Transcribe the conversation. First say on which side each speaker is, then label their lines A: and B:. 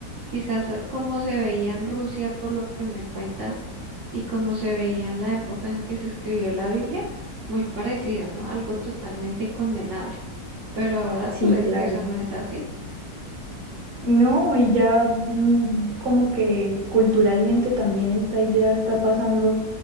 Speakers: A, on the right; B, on the right.
A: Quizás eh, como se veía en Rusia por lo que me cuentas y como se veía en la época en que se escribió la Biblia, muy parecido, ¿no? Algo totalmente condenable. Pero ahora
B: Sí,
A: tú ves
B: claro.
A: que eso no es así.
B: No, y ya mm, como que culturalmente también esta idea está pasando